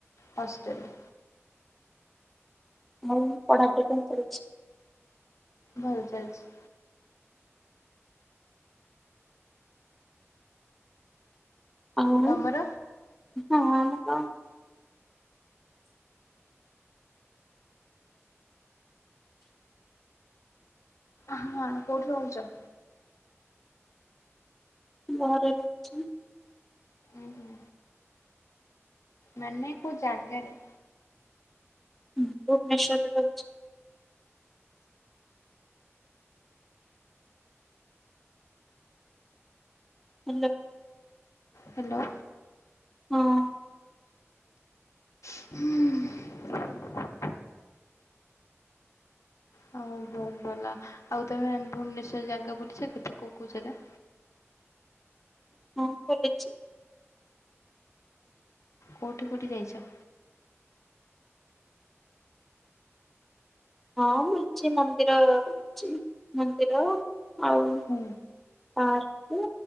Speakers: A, on the left; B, in the centre.
A: ହଷ୍ଟେଲ୍ ରେ।
B: ଆଉ ପଢାପଢି କେମ୍ ଚାଲିଛି?
A: ଭଲ ଚାଲିଛି।
B: ଆଉ
A: ତମର
B: ହଁ ଆମର ତ
A: ହଁ କୋଉଠି ରହୁଛ?
B: ଘରେ ରହୁଛି।
A: ଉଁ ହୁଁ। ମାନେ କୋଉ ଜାଗାରେ।
B: ଭୁବନେଶ୍ଵରରେ ରହୁଛି। ହେଲୋ।
A: ହ୍ୟାଲୋ।
B: ହଁ।
A: ହୁଁ। ହଉ ବହୁତ ଭଲ ଆଉ ତମେ ଭୁବନେଶ୍ୱର ଜାଗା ବୁଲିଛ କେତେ କୋଉ କୋଉ ଜାଗା।
B: ହଁ ବୁଲିଛି।
A: କୋଉଠି କୋଉଠି ଯାଇଛ।
B: ହଁ ବୁଲିଛି ମନ୍ଦିର ବୁଲିଛି ମନ୍ଦିର ଆଉ
A: ହୁଁ।
B: ପାର୍କ